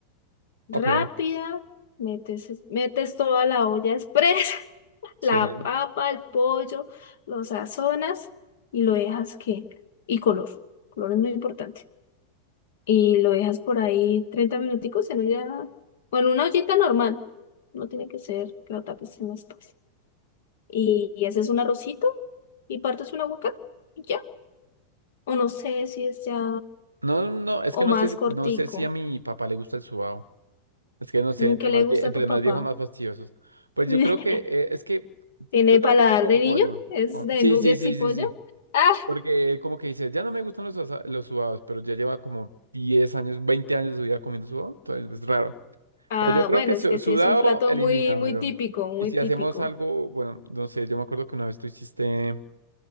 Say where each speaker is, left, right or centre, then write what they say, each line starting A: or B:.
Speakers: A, on the left; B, on the right.
A: Rápida,
B: Ok,
A: metes, metes toda la olla express, <laughs> la
B: sí.
A: papa, el pollo, lo sazonas y lo dejas que, y color. Color es muy importante. y lo dejas por ahí 30 minuticos en olla, o en una ollita normal. No tiene que ser que lo tapes en la espalda. Y, y haces un arrocito y partes un aguacate y ya. O no sé si es ya,
B: No, no, es
A: o
B: que no
A: más
B: sé, si-
A: cortico.
B: no sé si a mi papá le gusta el sudado. Es que no sé,
A: Mm,
B: entre
A: ¿Qué le
B: más,
A: gusta
B: vie- entre
A: a tu papá?
B: más viejos, más fastidiosos. Pues
A: <laughs>
B: yo creo que, eh, es que,
A: ¿Tiene
B: yo creo
A: paladar
B: que sí con
A: de
B: pollo.
A: niño? ¿Es
B: Con-
A: de
B: Sí,
A: nuggets
B: sí, sí,
A: y pollo?
B: sí, sí.
A: Ah,
B: Porque como que dice, ya no me gustan los, asa- los sudados, pero ya lleva como 10 años, 20 años de su vida comiendo sudado, entonces es raro.
A: <laughs> ah,
B: Pero yo creo
A: bueno,
B: que
A: es
B: su-
A: que
B: sudado,
A: sí, es un plato
B: elimínamelo.
A: muy, muy típico, muy
B: Y si
A: típico.
B: hacemos algo, bueno, no sé, yo me acuerdo que una vez tú hiciste,